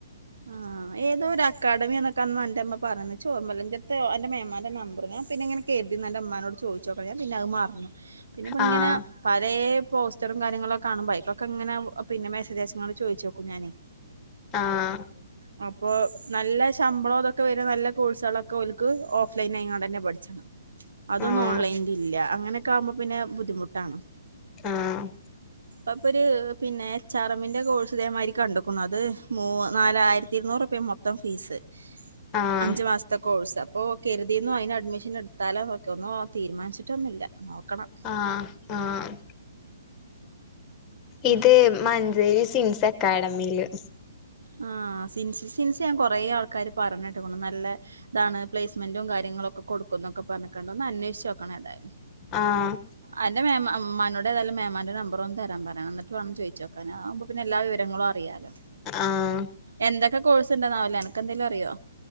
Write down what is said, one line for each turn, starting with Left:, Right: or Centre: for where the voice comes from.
Right: ആഹ് ഏതോ ഒരു അക്കാഡമി എന്നൊക്കെ അന്ന് എന്റെ അമ്മ പറഞ്ഞ് ചോർമലൻജത്തെയോ എന്റെ മേമാടെ നമ്പർ ഞാൻ പിന്നെ ഇങ്ങനെ കേ എന്റെ അമ്മാനോട് ചോദിച്ചോക്കാം പിന്നെ അത് മറുന്നു പിന്നെ ഇപ്പം
Left: ആഹ്
Right: ഇങ്ങനെ പലേ പോസ്റ്ററും കാര്യങ്ങളൊക്കെ കാണുമ്പം ഇപ്പൊക്കെ എങ്ങനെ പിന്നെ മെസ്സേജ് അയച്ചിങ്ങനെ ചോദിച്ചോക്കും ഞാനേ
Left: ആഹ്
Right: ആ അപ്പൊ നല്ല ശമ്പളം ഇതൊക്കെ വരുന്ന നല്ല ഇതുള്ള കോഴ്സൊള്ള ഓൽക്ക് ഓഫ്‌ലൈൻ എങ്ങാണ്ട് തന്നെ പഠിച്ചത് അതൊന്നും
Left: ആഹ്
Right: ഓൺലൈനി ഇല്ല അങ്ങനൊക്കെ ആകുമ്പോ പിന്നെ ബുദ്ധിമുട്ടാ
Left: ആഹ്
Right: അപ്പം ഒര് പിന്നെ എച്ച് ആർ എമ്മിന്റെ കോഴ്സ് ഇതേമാതിരി കണ്ടു അത് മൂ നാലായിരത്തി ഇരുന്നൂറ് റുപ്പിയാ മൊത്തം ഫീസ്
Left: ആഹ്
Right: അഞ്ചു മാസത്തെ കോഴ്സ് അപ്പോ കെരുതീന്നു അതിന് അഡ്മിഷൻ എടു എടുത്താലോന്നൊക്കെ ഒന്നും തീരുമാനിച്ചിട്ടൊന്നുമില്ല നോക്കണം
Left: ആ ആ ഇത് മഞ്ചേരി സിൻസ് അക്കാഡമിയില്
Right: ആ സൻ സിൻസ് ഞാൻ കൊറേ ആൾക്കാര് പറഞ്ഞിട്ട് നല്ല ഇതാണ് പ്ലേസ്മെന്റും കാര്യ കാര്യങ്ങളൊക്കെ കൊടുക്കുന്നൊക്കെ പറഞ്ഞിക്കണ്ട് ഒന്ന് അന്വേഷിച്ച് നോക്കണം എന്തായാലും
Left: ആഹ്
Right: അന്റെ മേമ മാമനോട്‌ ഏതായാലും മേമാന്റെ നമ്പ അറം തരാൻ പറയാൻ എന്നിട്ട്ണം ചോദിച്ചോക്കാ ആമ്പ പിന്നെ എല്ലാ വിവരങ്ങളും അറി യാലോ
Left: ആഹ്
Right: എന്തൊക്കെ കോഴ്സ് ഉണ്ടെന്നാവില്ല എനക്ക് എന്തേലും അറിയോ